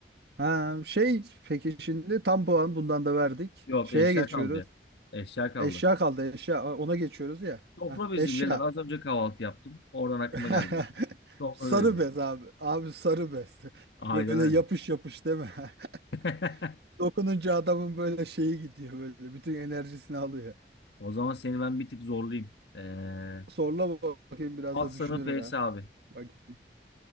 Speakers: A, on the right; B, on the left.
A: Ha, şey peki şimdi tam puan bundan da verdik.
B: Yok
A: Şeye
B: eşya
A: geçiyoruz.
B: kaldı ya. Eşya kaldı.
A: Eşya kaldı eşya. Aa, Ona geçiyoruz ya.
B: Sofra
A: Ha,
B: bezi
A: eşya.
B: birader. Az önce kahvaltı yaptım. Oradan aklıma
A: <laughs>
B: geldi bak. Sofra
A: Sarı
B: bezi.
A: bez abi. Abi sarı bez.
B: Aynen
A: Böyle
B: öyle.
A: yapış yapış değil mi? <laughs>
B: <laughs>
A: Dokununca adamın böyle şeyi gidiyor böyle. Bütün enerjisini alıyor.
B: O zaman seni ben bir tık zorlayayım. Ee,
A: Sorla bakayım biraz
B: at
A: da düşünürüm
B: sana F'si
A: ha.
B: abi.
A: Bak gitti.